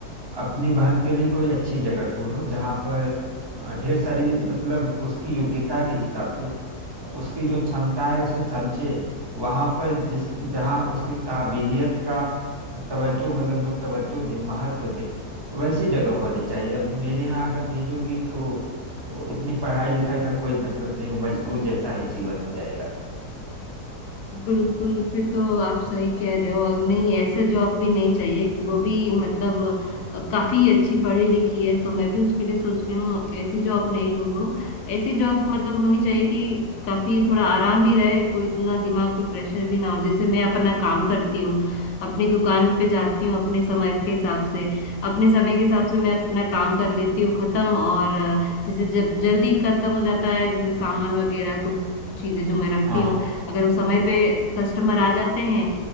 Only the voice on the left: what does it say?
बिल्कुल फिर तो आप सही कह रहे हो और नहीं ऐसे जॉब भी नहीं चाहिए वो भी मतलब अ, काफी अच्छी पढ़ी लिखी है तो मैं भी उसके लिए सोच रही हूँ ऐसी जॉब नहीं ढूंढूं ऐसी जॉब मतलब होनी चाहिए कि काफी थोड़ा आराम भी रहे कोई इतना दिमाग पे प्रेशर भी ना हो जैसे मैं अपना काम करती हूँ अपनी दुकान पे जाती हूँ अपने समय के हिसाब से अपने समय के हिसाब से मैं अपना काम कर लेती हूँ खत्म और अ, जैसे जब जल्दी खत्म हो जाता है जैसे सामान वगैरह कुछ चीजें जो मैं रखती
हूँ
अगर उस समय पे कस्टमर आ जाते हैं